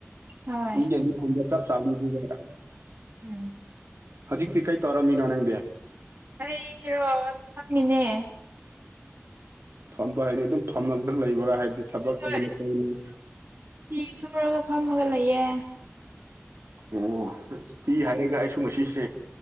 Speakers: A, on the right (about 50°); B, on the right (about 65°).
A: ꯍꯣꯏ
B: ꯃꯤ‌ ꯑꯅꯤꯀꯨꯝꯕ ꯇꯞ ꯆꯥꯕꯅꯦ ꯑꯗꯨꯒ
A: ꯎꯝ
B: ꯍꯧꯖꯤꯛꯇꯤ ꯀꯩ ꯇꯧꯔꯝꯃꯤꯅꯣ ꯅꯪꯗꯤ
A: ꯑꯩꯔꯣ ꯐꯝꯃꯤꯅꯦ
B: ꯐꯝꯕ ꯍꯥꯏꯗꯤ ꯑꯗꯨꯝ ꯐꯝꯃ ꯈꯛ ꯂꯩꯕ꯭ꯔꯥ ꯍꯥꯏꯕꯗꯤ ꯊꯕꯛ
A: ꯍꯣꯏ
B: ꯇꯧꯅ ꯇꯧꯅ
A: ꯐꯤ ꯁꯨꯔꯒ ꯐꯝꯃꯒ ꯂꯩꯌꯦ
B: ꯑꯣ ꯐꯤ ꯍꯥꯏꯔꯒ ꯑꯩꯁꯨ ꯉꯁꯤꯁꯦ